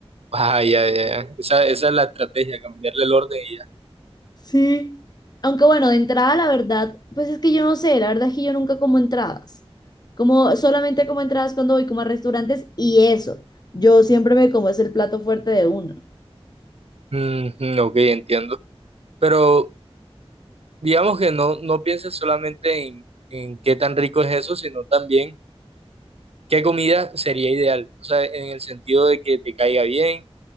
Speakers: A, on the right (about 70°); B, on the left (about 40°).
A: Ah, ya, ya, ya. Esa, esa es la estrategia, cambiarle el orden y ya.
B: Sí. Aunque bueno, de entrada, la verdad, pues es que yo no sé, la verdad es que yo nunca como entradas. Como solamente como entradas cuando voy como a restaurantes y eso. Yo siempre me como es el plato fuerte de uno.
A: Mm, ok, entiendo. Pero digamos que no, no pienses solamente en, en qué tan rico es eso, sino también qué comida sería ideal. O sea, en el sentido de que te caiga bien,